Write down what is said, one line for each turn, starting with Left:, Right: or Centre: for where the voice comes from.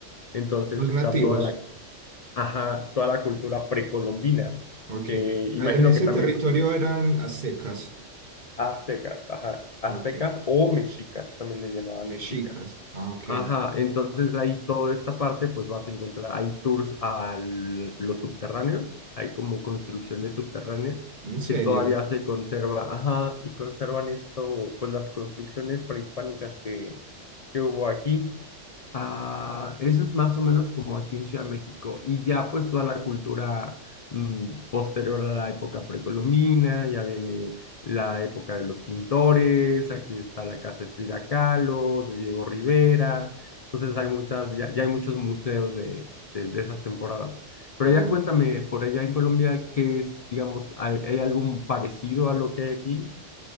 Left: Entonces
Right: Los
Left: está
Right: nativos.
Left: toda la, ajá, toda la cultura precolombina,
Right: Ok.
Left: que imagino
Right: Ah, En ese
Left: que también
Right: territorio eran aztecas.
Left: aztecas, ajá, aztecas
Right: Ok.
Left: o mexicas, también le llamaban
Right: Mexicas.
Left: mexicas.
Right: Ah, ok.
Left: Ajá, entonces ahí toda esta parte, pues vas a encontrar, hay tours a l- los subterráneos, hay como construcciones subterráneas
Right: ¿En serio?
Left: que todavía se conserva, ajá, y conservan esto, pues las construcciones prehispánicas que, que hubo aquí. Ah, eso es más o menos como aquí en Ciudad de México. Y ya pues toda la cultura mm, posterior a la época precolombina, ya viene la época de los pintores, aquí está la casa de Frida Kahlo, de Diego Rivera, entonces hay muchas, ya, ya hay muchos museos de, de, de esas temporadas. Pero
Right: Wow.
Left: ya cuéntame, por allá en Colombia, ¿qué es, digamos, hay, hay algo parecido a lo que hay aquí?